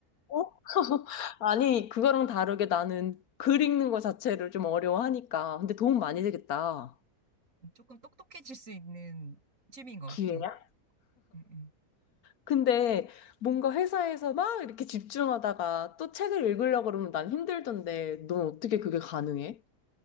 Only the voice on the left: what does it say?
<laughs> 아니, 그거랑 다르게 나는 글 읽는 거 자체를 좀 어려워하니까. 근데 도움 많이 되겠다.
기회야?
근데 뭔가 회사에서 막 이렇게 집중하다가 또 책을 읽으려고 그러면 난 힘들던데 넌 어떻게 그게 가능해?